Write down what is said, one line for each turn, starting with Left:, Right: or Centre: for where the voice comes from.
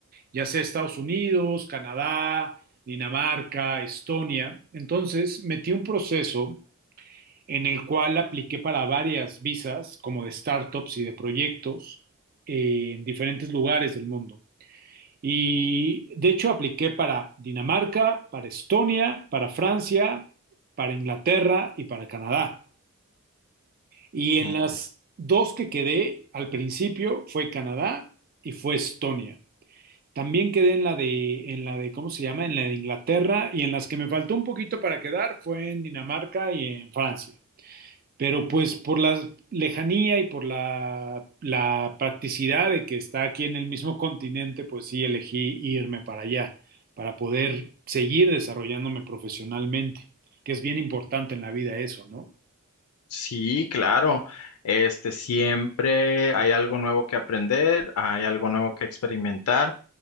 Right: ya sea Estados Unidos, Canadá, Dinamarca, Estonia. Entonces metí un proceso en el cual apliqué para varias visas, como de startups y de proyectos, eh, en diferentes lugares del mundo. Y de hecho apliqué para Dinamarca, para Estonia, para Francia, para Inglaterra y para Canadá. Y en
Left: Mm,
Right: las dos que quedé al principio fue Canadá y fue Estonia. También quedé en la de, en la de, ¿cómo se llama? En la de Inglaterra y en las que me faltó un poquito para quedar fue en Dinamarca y en Francia. Pero pues por la lejanía y por la, la practicidad de que está aquí en el mismo continente, pues sí elegí irme para allá, para poder seguir desarrollándome profesionalmente, que es bien importante en la vida eso, ¿no?
Left: Sí, claro. Este, siempre hay algo nuevo que aprender, hay algo nuevo que experimentar.